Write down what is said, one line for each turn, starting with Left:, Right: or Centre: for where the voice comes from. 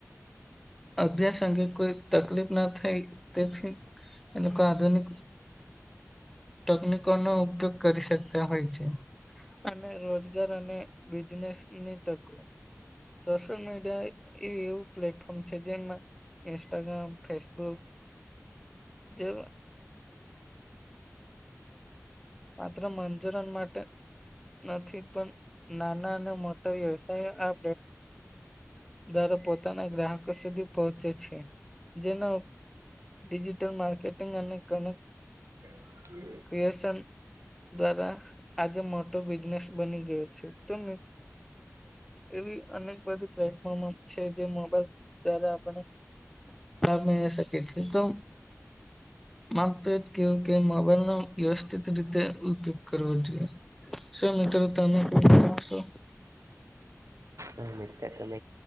Centre: અભ્યાસ અંગે કોઈ તકલીફ ના થાય તેથી એ લોકો આધુનિક તકનીિક નો ઉપયોગ કરી શકતા હોય છે. અને રોજગાર અને બિઝનેસ ની તકો સોશિયલ મીડિયા એ એવું પ્લેટફોર્મ છે. જેમાં ઇન્સ્ટાગ્રામ ફેસબુક જે માત્ર મંજૂરન માટે નથી પણ નાના અને મોટા વ્યવસાય આ દાર પોતાના ગ્રાહકો સુધી પહોંચે છે. જેના ડિજિટલ માર્કેટિંગ અને કનેક્ટ
Right: કે
Centre: ક્રિએશન દ્વારા આજે મોટો બિઝનેસ બની ગયો છે તો મ એવી અનેક બધી પ્લેટફોર્મ છે જે મોબાઈલ દ્વારા આપને મે શ કે તો માનતો કે કે મોબાઈલ નો વ્યવસ્થિત રીતે ઉપયોગ કરવો જોઈએ. મીટર તમેશો.
Right: અ તો કું